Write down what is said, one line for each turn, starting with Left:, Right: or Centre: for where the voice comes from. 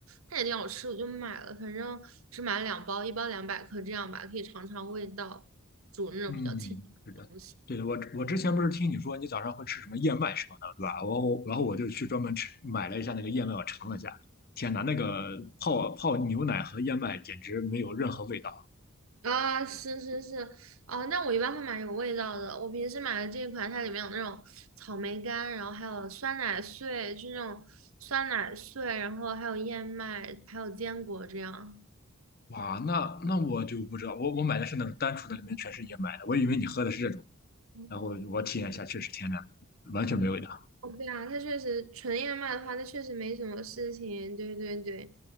Right: 看起来挺好吃，我就买了，反正只买了两包，一包两百克这样吧，可以尝尝味道，煮那种比较清淡的东西。
Left: 嗯，是的，对，的，我我之前不是听你说你早上会吃什么燕麦什么的，对吧？我后然后我就去专门吃买了一下那个燕麦，我尝了一下，天哪，那个泡泡牛奶和燕麦简直没有任何味道。
Right: 啊，是是是，啊，那我一般会买有味道的。我平时买的这一款，它里面有那种草莓干，然后还有酸奶碎，就那种酸奶碎，然后还有燕麦，还有坚果这样。
Left: 哇，那那我就不知道，我我买的是那种单纯的，里面全是燕麦的，我以为你喝的是这种，
Right: 嗯
Left: 然后我体验一下，确实天哪，完全没有味道。
Right: 哦对啊，它确实纯燕麦的话，它确实没什么事情。对对对，